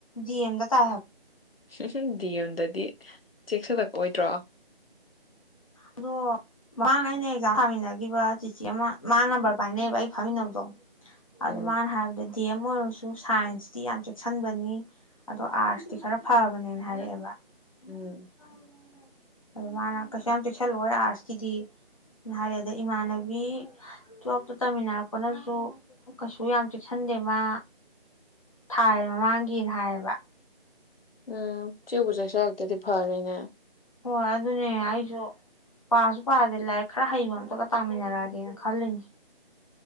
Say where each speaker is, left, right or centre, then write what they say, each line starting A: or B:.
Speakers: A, on the left; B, on the left.
A: ꯑꯦꯝꯗ ꯇꯥꯥꯏ ꯍꯥꯏꯕ
B: ꯁꯨꯝ ꯁꯨꯝ ꯗꯤ ꯑꯝꯗꯗꯤ ꯆꯦꯛꯁꯤꯗꯛꯑꯣꯗ꯭ꯔꯣ
A: ꯑꯗꯣ ꯃꯃꯥꯡ ꯑꯩꯅ ꯑꯦꯛꯖꯥꯝ ꯊꯥꯃꯤꯟꯅꯈꯤꯕ ꯆꯤꯆꯦ ꯑꯃ ꯃꯥ ꯅꯝꯕꯔ ꯄꯥꯏꯅꯦꯩꯕ ꯑꯩ ꯐꯥꯃꯤꯟꯅꯕꯗꯣ ꯑꯗ
B: ꯎꯝ
A: ꯃꯥꯅ ꯍꯥꯏꯗꯗꯤ ꯗꯤ ꯑꯦꯝ ꯑꯣꯏꯔꯁꯨ ꯁꯥꯏꯟꯁꯇꯤ ꯌꯥꯝ ꯆꯦꯛꯁꯤꯟꯕꯅꯤ ꯑꯗꯣ ꯑꯥꯔꯠꯁꯇꯤ ꯈꯔ ꯐꯕꯅꯦꯅ ꯍꯥꯏꯔꯛꯑꯦꯕ ꯅꯪ
B: ꯎꯝ
A: ꯀꯥꯏ ꯑꯗꯣ ꯃꯥꯅ ꯀꯩꯁꯨ ꯌꯥꯝ ꯆꯦꯛꯁꯜꯂꯑꯣꯏ ꯑꯥꯔꯠꯁꯀꯤꯗꯤ ꯍꯥꯏꯔꯦ ꯑꯗ ꯏꯃꯥꯟꯅꯕꯤ ꯇꯨꯋꯦꯜꯞꯇ ꯇꯝꯃꯤꯟꯅꯔꯛꯄꯅꯁꯨ ꯀꯩꯁꯨ ꯌꯥꯝ ꯆꯦꯛꯁꯤꯟꯗꯦ ꯃꯥ ꯊꯥꯏ ꯃꯃꯥꯡꯒꯤꯅ ꯍꯥꯏꯌꯦꯕ
B: ꯎꯝ ꯆꯦ ꯆꯁꯦꯗꯤ ꯐꯔ ꯑ
A: ꯍꯣꯏ ꯑꯗꯨꯅꯦ ꯑꯩꯁꯨ ꯄꯥꯁꯨ ꯄꯥꯗꯦ ꯂꯥꯏꯔꯤꯛ ꯈꯔ ꯍꯩꯕ ꯑꯝꯇꯒ ꯇꯥꯃꯤꯟꯅꯔꯛꯒꯦꯅ ꯈꯜꯂꯤꯅꯦ